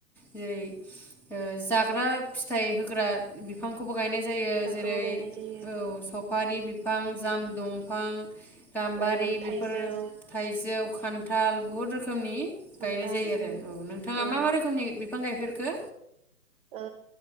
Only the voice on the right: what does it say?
बिफांखौबो
गायनाय जायो
औ थाइजौ
सुमफ्राम
उम
औ
ओ